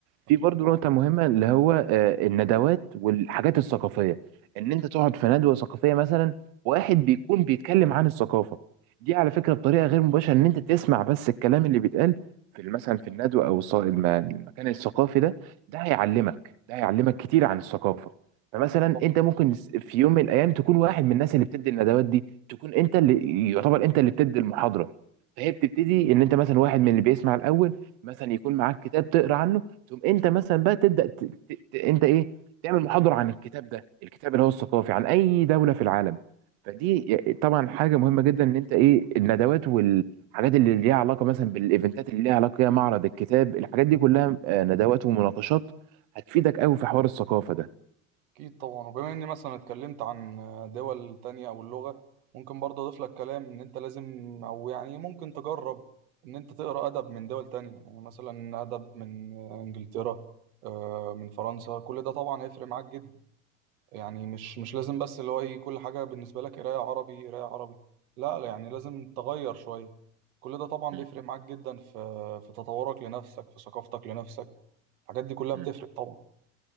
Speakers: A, on the right (about 60°); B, on the right (about 75°).
A: في
B: اكيد
A: برضو
B: طبعا
A: نقطه مهمه اللي هو آه، الندوات والحاجات الثقافيه ان انت تقعد في ندوه ثقافيه مثلا واحد بيكون بيتكلم عن الثقافه دي على فكره بطريقه غير مباشره ان انت تسمع بس الكلام اللي بيتقال في ال- مثلا في الندوه او الص- الم- المكان الثقافي ده ده هيعلمك ده هيعلمك كتير عن الثقافه فمثلا
B: اكيد طبعا
A: انت ممكن في يوم من الايام تكون واحد من الناس اللي بتدي الندوات دي تكون انت اللي يعتبر انت اللي بتدي المحاضره فهي بتبتدي ان انت مثلا واحد من اللي بيسمع الاول مثلا يكون معاك كتاب تقرا عنه تقوم انت مثلا بقى تبدا ت... ت... ت- انت ايه تعمل محاضره عن الكتاب ده الكتاب اللي هو الثقافي عن اي دوله في العالم فدي طبعا حاجه مهمه جدا ان انت ايه الندوات والحاجات اللي ليها علاقه مثلا بالايفنتات اللي ليها علاقه بيها، معرض الكتاب الحاجات دي كلها آه، ندوات ومناقشات هتفيدك قوي في حوار الثقافه ده
B: اكيد طبعا وبما اني مثلا اتكلمت عن دول تانية او اللغه ممكن برضه اضيف لك كلام ان انت لازم او يعني ممكن تجرب ان انت تقرا ادب من دول تانية يعني مثلا ادب من انجلترا آه من فرنسا كل ده طبعا هيفرق معاك جدا يعني مش مش لازم بس اللي هو ايه كل حاجة بالنسبة لك قراية عربي قراية عربي لا لا يعني لازم تغير شوية كل ده طبعا
A: م.
B: بيفرق معاك جدا في في تطورك لنفسك في ثقافتك لنفسك الحاجات دي كلها
A: م.
B: بتفرق طبعا